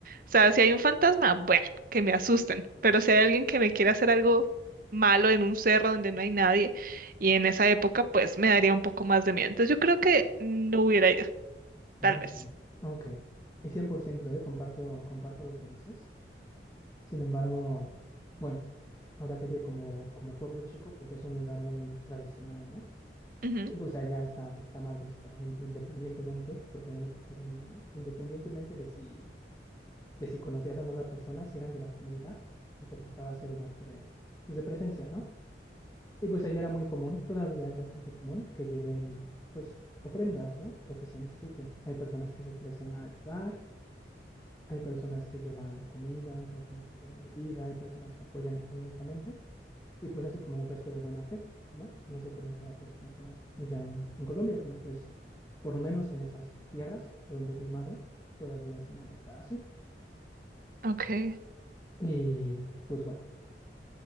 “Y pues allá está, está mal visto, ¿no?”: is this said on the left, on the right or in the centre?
Left